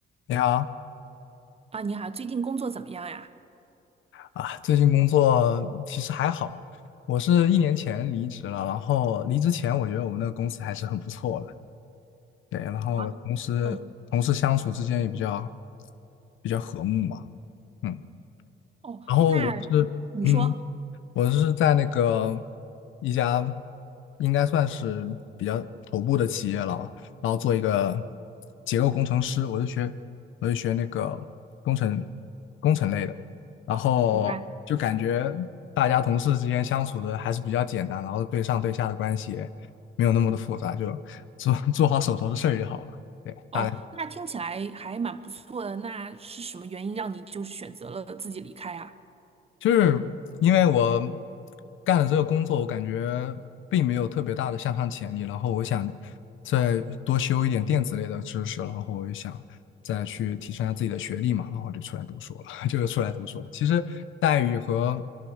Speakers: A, on the left (about 80°); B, on the right (about 30°).
A: 你好
B: 啊，你好，最近工作怎么样呀？
A: 啊，最近工作其实还好，我是一年前离职了，然后离职前我觉得我们那个公司还是很不错的，对，然后同时同事相处之间也比较
B: 啊，嗯，
A: 比较和睦嘛，嗯，
B: 哦，
A: 然后我是嗯。
B: 那你说，
A: 我是在那个一家应该算是比较头部的企业了吧，然后做一个结构工程师，我是学我是学那个工程工程类的，然后就感觉大家同事之间相处的还是比较简单，
B: 明白。
A: 然后对上对下的关系也没有那么的复杂，就做做好手头的事儿就好了。对，
B: 哦，
A: 大概。
B: 那听起来还蛮不错的。那是什么原因让你就是选择了自己离开啊？
A: 就是因为我干了这个工作，我感觉并没有特别大的向上潜力，然后我想再多修一点电子类的知识，然后我就想再去提升一下自己的学历嘛，然后就出来读书了，<laughs> 就是出来读书了。其实待遇和